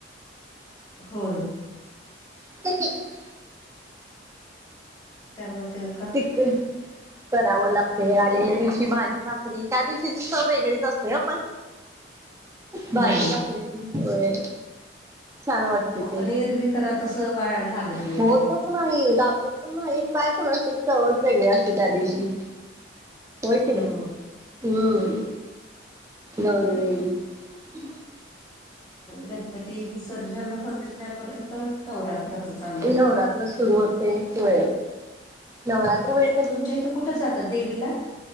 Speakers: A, on the left (about 20°); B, on the right (about 15°).
A: होय
B: <inaudible>
A: त्यामध्ये
B: किक करावं लागते आलेल्या दिवशी भाजी भाकरी त्या दिवशीची सव वेगळीच असते पण भाजी
A: हो
B: भाकरीची होय छान वाटते
A: आपण
B: ते
A: ए रिबी करा तसं वाया लागत नाही
B: होतच
A: काही
B: नाही लागत पण नाही काय करण असत चवच वेगळे असते त्या दिवशी होयकले
A: हो
B: हम् गौर वई ह
A: गणपती विसर्जन होते त्यापर्यंत नवरात्राच चालू होते
B: नवरात्र सुरू होते व नवरात्र वेळ
A: तुमच्या इथं कुठं जातात देवीला